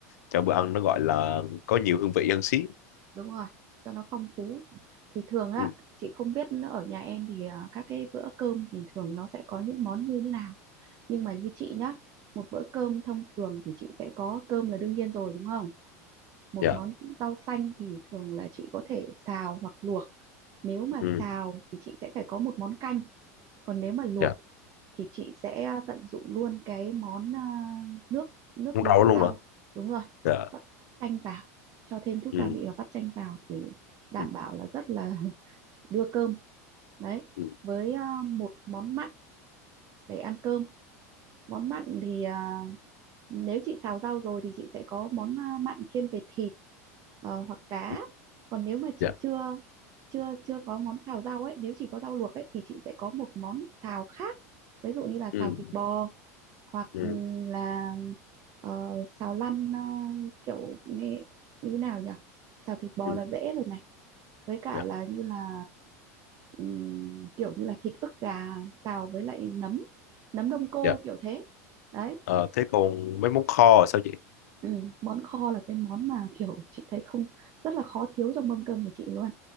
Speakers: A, on the left (about 80°); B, on the right (about 45°).
A: cho bữa ăn nó gọi là có nhiều hương vị hơn xí
B: đúng rồi, cho nó phong phú. Thì thường á,
A: ừ
B: chị không biết ở nhà em thì à, các cái bữa cơm thì thường nó sẽ có những món như thế nào. nhưng mà như chị nhá một bữa cơm thông thường thì chị sẽ có cơm là đương nhiên rồi đúng không một
A: dạ
B: món rau xanh thì thường là chị có thể xào hoặc luộc nếu mà
A: ừ
B: xào thì chị sẽ phải có một món canh còn nếu mà luộc
A: dạ
B: thì chị sẽ ờ, tận dụng luôn cái món à, nước nước
A: muốn
B: luộc
A: rau luôn
B: rau
A: hả
B: đúng rồi
A: dạ
B: bắt bắt chanh vào cho thêm chút gia
A: ừ
B: vị và bắt chanh vào thì đảm
A: ừ
B: bảo là rất là <laughs> đưa cơm đấy
A: ừ
B: với à, một món mặn để ăn cơm món mặn thì à, nếu chị xào rau rồi thì chị sẽ có món à, mặn thiên về thịt ờ, hoặc cá
A: ừ,
B: còn nếu mà chị
A: dạ
B: chưa chưa chưa có món xào rau ấy nếu chỉ có rau luộc ấy thì chị sẽ có một món xào khác ví dụ như là xào
A: ừ
B: thịt bò hoặc
A: ừ
B: ừ, là ờ, xào lăn ờ, kiểu nê- như thế nào nhỉ xào thịt bò
A: ừ
B: là dễ rồi này với cả
A: dạ
B: là như là ừm, kiểu như là thịt ức gà xào với lại nấm nấm đông cô
A: dạ
B: kiểu thế đấy
A: Ờ, thế còn mấy món kho là sao chị
B: ừ. món kho là cái món mà kiểu chị thấy không rất là khó thiếu trong mâm cơm nhà chị luôn